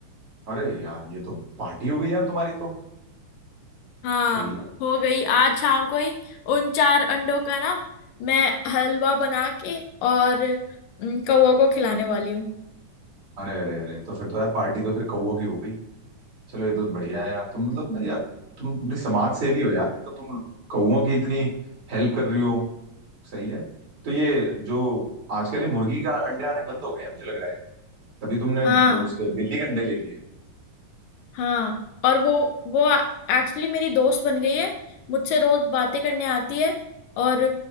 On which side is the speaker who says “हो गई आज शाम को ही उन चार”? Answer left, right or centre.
Left